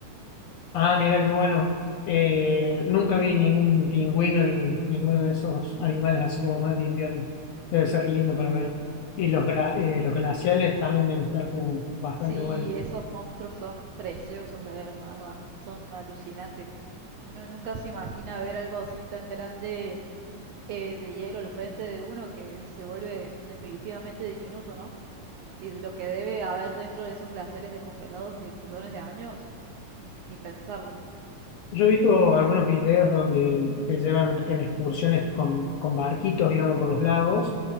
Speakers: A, on the left (about 75°); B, on the right (about 75°).
A: Ah, mira qué bueno. Eh, nunca vi ningún pingüino ni ninguno de esos animales así como más de invierno. Debe ser lindo para ver. Y los, gra- eh, los glaciales también deben estar como bastante
B: Sí,
A: buenos.
B: esos monstruos son preciosos de ver, la verdad, son alucinantes. Uno nunca se imagina ver algo así tan grande eh, de hielo al frente de uno que se vuelve definitivamente diminuto, ¿no? Y de lo que debe haber dentro de esos glaciares descongelados de millones de años, ni pensarlo.
A: Yo he visto algunos videos donde te llevan en excursiones con, con barquitos, digamos, por los lagos